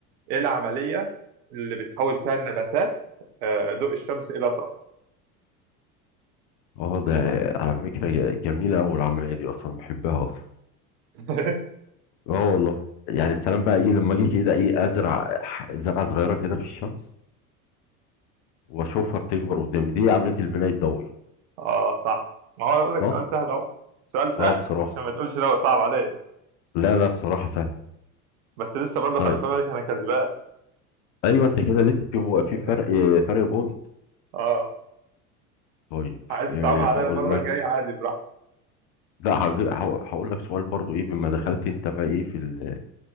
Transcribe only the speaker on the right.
ايه العملية اللي بتحول فيها النباتات آه ضوء الشمس الى طاقة؟
<laughs>
اه صح ما هو اقول لك
سؤال سهل اهو سؤال سهل
عشان ما تقولش لا هو صعب عليك
بس لسه برضه
خلي بالك انا كسبان
<laughs>
اه
عايز
تتعامل عليا
المرة
الجاية عادي براحتك